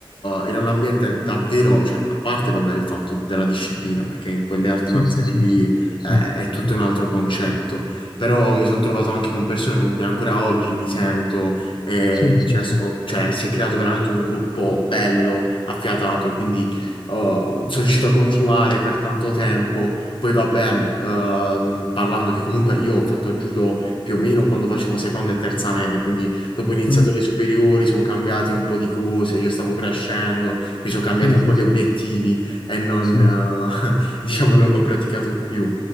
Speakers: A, on the left; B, on the left.
A: era un ambiente davvero, cioè, a parte, vabbè, il fatto della disciplina, perché in quelle arti
B: Sì,
A: marziali
B: sì, sì,
A: lì
B: sì,
A: eh,
B: sì,
A: è tutto
B: sì,
A: un altro concetto, però mi sono trovato anche con persone con cui ancora oggi mi sento e,
B: sì,
A: e
B: sì,
A: ci esco,
B: sì,
A: cioè, si è creato veramente un gruppo bello, affiatato, quindi oh, sono riuscito a continuare per tanto tempo. Poi vabbè, ehm, parlando che comunque io ho fatto judo più o meno quando facevo seconda e terza media, quindi dopo ho iniziato
B: Mm.
A: le superiori, sono cambiate un po' di cose, io stavo crescendo, mi sono cambiati
B: sì,
A: un
B: sì,
A: po' gli
B: sì,
A: obiettivi e non,
B: sì,
A: eh,
B: sì,
A: <laughs> diciamo, non l'ho praticato più.